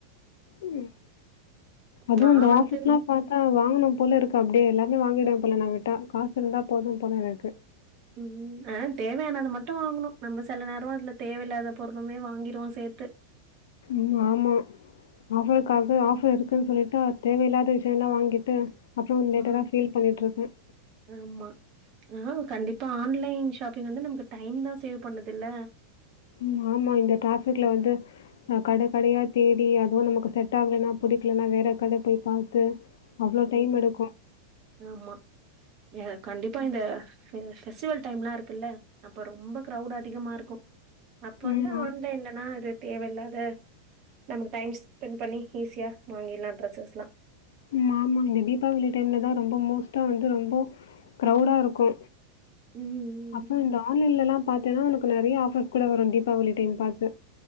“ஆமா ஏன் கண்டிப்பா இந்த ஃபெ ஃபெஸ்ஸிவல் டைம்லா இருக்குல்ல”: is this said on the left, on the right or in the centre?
Right